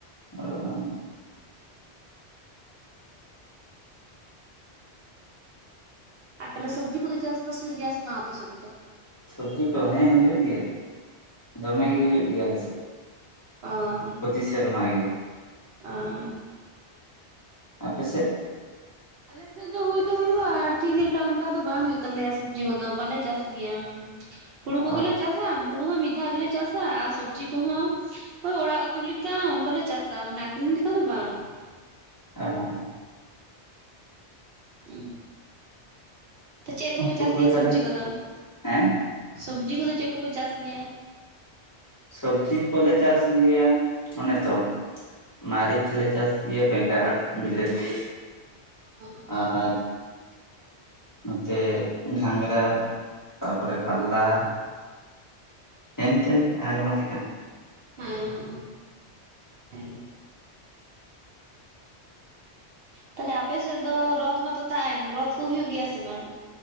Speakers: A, on the left; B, on the right.
A: ᱚᱻ᱾
B: ᱟᱨ ᱛᱟᱦᱚᱞᱮ ᱥᱚᱵᱽᱡᱤ ᱠᱚᱫᱚ ᱪᱟᱥ ᱵᱟᱥ ᱦᱩᱭᱩᱜ ᱜᱮᱭᱟ ᱥᱮ ᱵᱟᱝ ᱟᱯᱮ ᱥᱮᱫ? <inaudible>
A: ᱥᱚᱵᱽᱡᱤ ᱠᱚ ᱦᱮᱸ ᱦᱩᱭᱩᱜ ᱜᱮᱭᱟ, ᱫᱚᱢᱮ ᱜᱮ ᱦᱩᱭᱩᱜ ᱜᱮᱭᱟ ᱟᱞᱮ ᱥᱮᱫ᱾
B: ᱚᱸᱻ᱾
A: ᱯᱚᱛᱤ ᱥᱮᱨᱢᱟ ᱜᱮ᱾
B: ᱟᱻ᱾
A: ᱟᱯᱮ ᱥᱮᱜ?
B: ᱟᱞᱮ ᱥᱮᱜ ᱫᱚ ᱦᱩᱭ ᱫᱚ ᱦᱳᱭᱳᱜᱼᱟ ᱴᱷᱤᱠ ᱮᱠᱴᱟᱝ ᱚᱝᱠᱟ ᱫᱚ ᱵᱟᱝ ᱦᱩᱭᱩᱜ ᱛᱟᱞᱮᱭᱟ ᱥᱚᱵᱽᱡᱤ ᱠᱚᱫᱚ ᱵᱟᱞᱮ ᱪᱟᱥ ᱜᱮᱭᱟ᱾ ᱦᱩᱲᱩ ᱠᱚ
A: ᱚ
B: ᱜᱮᱞᱮ ᱪᱟᱥᱟ, ᱦᱩᱲᱩ ᱦᱚᱸ ᱢᱤᱫ ᱫᱷᱟᱣ ᱜᱮᱞᱮ ᱪᱟᱥ᱾ ᱥᱟ ᱟᱨ ᱥᱚᱵᱽᱡᱤ ᱠᱚᱦᱚᱸ, ᱳᱭ ᱚᱲᱟᱜ ᱩᱛᱩ ᱞᱮᱠᱟ ᱚᱝᱠᱟᱞᱮ ᱪᱟᱥᱟ ᱢᱟᱱᱮ ᱟᱠᱷᱨᱤᱧ ᱞᱮᱠᱟ ᱫᱚ ᱵᱟᱝ᱾
A: <unintelligible>
B: <inaudible> ᱛᱚ ᱪᱮᱫ ᱠᱚᱯᱮ
A: ᱦᱩᱲᱩ
B: ᱪᱟᱥ
A: ᱠᱚᱫᱚ
B: ᱜᱮᱭᱟ
A: ᱛᱟᱦᱚᱞᱮ
B: ᱥᱚᱵᱽᱡᱤ ᱠᱚᱫᱚ?
A: ᱦᱮᱸ
B: ᱥᱚᱵᱽᱡᱤ ᱠᱚᱫᱚ ᱪᱮᱫ ᱠᱚᱯᱮ ᱪᱟᱥ ᱜᱮᱭᱟ?
A: ᱥᱚᱵᱽᱡᱤ ᱠᱚᱞᱮ ᱪᱟᱥ ᱜᱮᱭᱟ, ᱚᱱᱮ ᱛᱚ ᱢᱟᱨᱤᱪ ᱦᱚᱸ ᱞᱮ ᱪᱟᱥ ᱜᱮᱭᱟ ᱵᱮᱸᱜᱟᱲ, ᱵᱤᱞᱟᱹᱛᱤ᱾
B: ᱦᱚᱸ᱾
A: <inaudible> ᱱᱚᱛᱮ ᱜᱷᱟᱝᱜᱨᱟ, ᱛᱟᱯᱚᱨᱮ ᱠᱟᱨᱞᱞᱟ, ᱦᱮᱱ ᱛᱮᱱ ᱟᱭᱢᱟ ᱞᱮᱠᱟᱱᱟᱜ᱾
B: ᱦᱮᱸ ᱦᱚᱸᱜ-ᱚ᱾ ᱦᱮᱸ <inaudible> ᱛᱟᱦᱚᱞᱮ ᱟᱯᱮ ᱥᱮᱫ ᱫᱚ ᱨᱚᱛ ᱢᱟᱛᱚ ᱛᱟᱦᱮᱸᱱ, ᱨᱚᱛ ᱠᱚ ᱦᱩᱭᱩᱜ ᱜᱮᱭᱟ ᱥᱮ ᱵᱟᱝ?